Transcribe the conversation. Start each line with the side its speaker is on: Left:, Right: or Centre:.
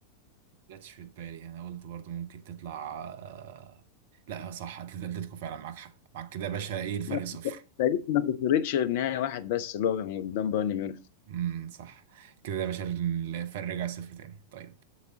Right: ما جاتش في بالي أنا قلت برضو ممكن تطلع آه، لا صح أتلت- أتلتيكو فعلا معاك حق معاك كده يا باشا إيه الفرق
Left: لا،
Right: صفر
Left: تقريبا ما خسرتش غير نهاية واحد بس اللي هو كان قدام بايرن ميونخ
Right: امم صح كده يا باشا الفرق رجع صفر تاني طيب